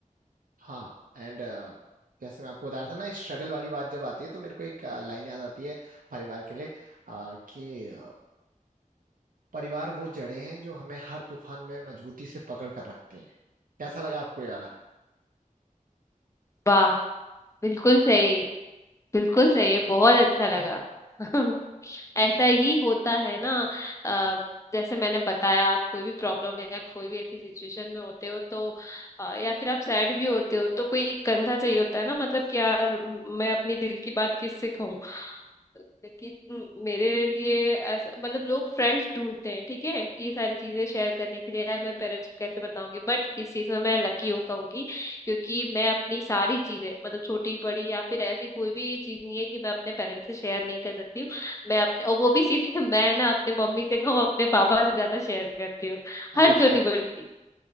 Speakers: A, on the right; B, on the left.
A: हाँ एंड जैसे मैं आपको बता रहा था ना स्ट्रगल वाली बात जब आती है तो मेरे को एक लाइन याद आती है परिवार के लिए अ, कि अ, परिवार वो जड़ें हैं जो हमें हर तूफान में मजबूती से पकड़ कर रखती हैं कैसा लगा आपको ये वाला
B: वाह बिल्कुल सही बिल्कुल सही है बहुत अच्छा लगा <laughs> ऐसा ही होता है ना अ,
A: बिल्कुल
B: जैसे मैंने बताया आप कोई भी प्रॉब्लम या कोई भी ऐसी सिचुएशन में होते हो तो अ, या फिर आप सैड भी होते हो तो कोई एक कंधा चाहिए होता है ना मतलब कि यार म- मैं अपनी दिल की बात किससे कहूँ लेकिन मेरे लिए ऐसा मतलब लोग फ्रेंड्स ढूंढते हैं ठीक है ये सारी चीजें शेयर करने के लिए यार मैं पेरेंट्स को कैसे बताऊंगी बट इस चीज में मैं लकी हूँ कहूंगी क्योंकि मैं अपनी सारी चीजें मतलब छोटी बड़ी या फिर ऐसी कोई भी चीज नहीं है कि मैं अपने पेरेंट्स से शेयर नहीं कर सकती हूँ मैं अपने और वो भी सीधे <laughs> मैं ना अपने मम्मी से कम अपने पापा से ज्यादा शेयर करती हूँ
A: अरे
B: हर
A: वाह
B: छोटी बड़ी चीज